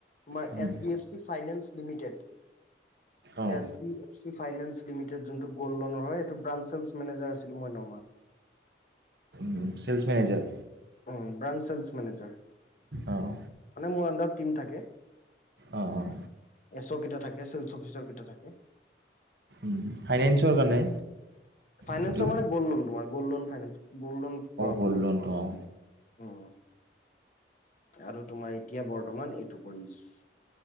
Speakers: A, on the left; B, on the right.
A: তোমাৰ
B: হুম,
A: S B F C finance limited.
B: অঁ
A: S B F C finance limited যোনটো গ'ল্ড লোনৰ হয় এইটো ব্ৰাঞ্চ চেলছ মেনেজাৰ আছিলো মই নমাহ।
B: উম চেলচ্ মেনেজাৰ।
A: উ ব্ৰাঞ্চ চেলচ্ মেনেজাৰ মানে
B: অঁ
A: মোৰ আণ্ডাৰত টিম থাকে।
B: অঁ অঁ
A: এছ ও কেইটা থাকে চেলচ্ অফিচৰ কেইটা থাকে।
B: উম ফাইনেঞ্চৰ কাৰণে,
A: ফাইনেন্সৰ
B: সেইটো
A: মানে গল্ডলোন তোমাৰ গল্ডলোন ফাইনেন্স গল্ড লোন‌ কৰাব।
B: গোল্ডলোনটো
A: লাগে
B: অ।
A: উম! আৰু তোমাৰ এতিয়া বৰ্তমান এইটো কৰি আছোঁ।